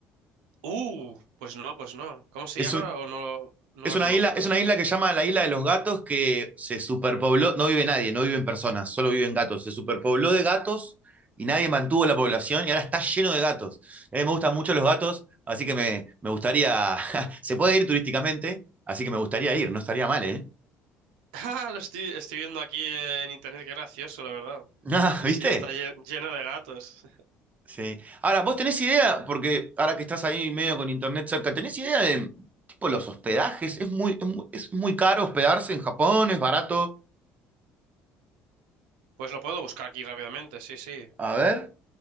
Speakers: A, on the right; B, on the right.
A: Uh, pues no, pues no. ¿Cómo se
B: Es
A: llama
B: un,
A: o no, no
B: Es
A: la
B: una
A: conoces?
B: isla, es una isla
A: <laughs>
B: que se llama la isla de los gatos que se superpobló, no vive nadie, no viven personas, solo viven gatos. Se superpobló de gatos y nadie mantuvo la población y ahora está lleno de gatos. A mí me gustan mucho los gatos, así que me, me gustaría, <laughs> se puede ir turísticamente, así que me gustaría ir, no estaría mal, ¿eh?
A: Ah, lo estoy, estoy viendo aquí en internet, qué gracioso, la verdad.
B: <laughs>
A: Sí,
B: ¿viste?
A: sí, está lle- lleno de gatos.
B: Sí. Ahora, ¿vos tenés idea? Porque ahora que estás ahí medio con internet cerca, ¿tenés idea de tipo los hospedajes? ¿Es muy, es muy, es muy caro hospedarse en Japón? ¿Es barato?
A: Pues lo puedo buscar aquí rápidamente, sí, sí.
B: A ver.